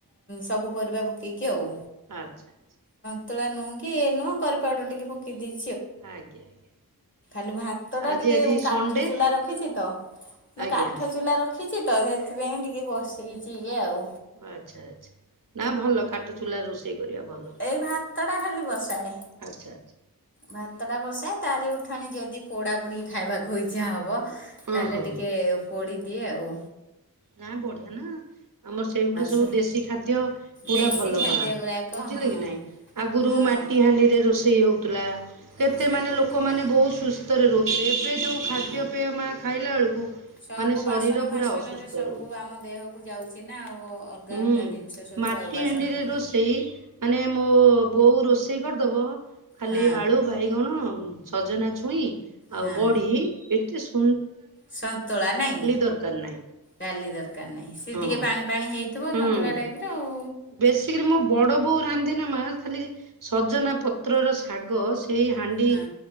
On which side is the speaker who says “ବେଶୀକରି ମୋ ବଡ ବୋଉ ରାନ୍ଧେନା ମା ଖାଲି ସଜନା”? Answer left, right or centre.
Right